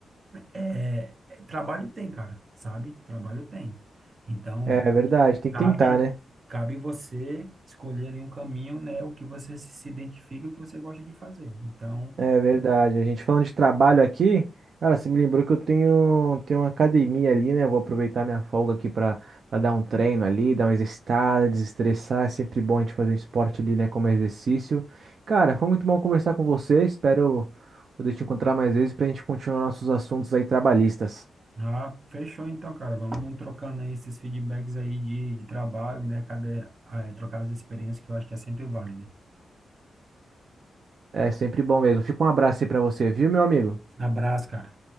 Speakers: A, on the right; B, on the right.
A: é, é, trabalho tem, cara, sabe? Trabalho tem. Então,
B: É, é verdade, tem
A: cabe,
B: que tentar, né?
A: cabe você escolher ali um caminho, né? O que você se se identifica, o que você gosta de fazer. Então,
B: É verdade. A gente falando de trabalho aqui, cara, você me lembrou que eu tenho, tenho uma academia ali, né? Eu vou aproveitar minha folga aqui para dar um treino ali, dar uma exercitada, desestressar. É sempre bom a gente fazer um esporte ali, né? Como exercício. Cara, foi muito bom conversar com você. Espero poder te encontrar mais vezes pra gente continuar nossos assuntos aí trabalhistas.
A: ah, fechou então, cara. Vamos trocando aí esses feedbacks aí de, de trabalho, né? Cada, ah, é, trocar as experiências que eu acho que é sempre válida.
B: É sempre bom mesmo. Fica um abraço aí pra você, viu, meu amigo?
A: Abraço, cara.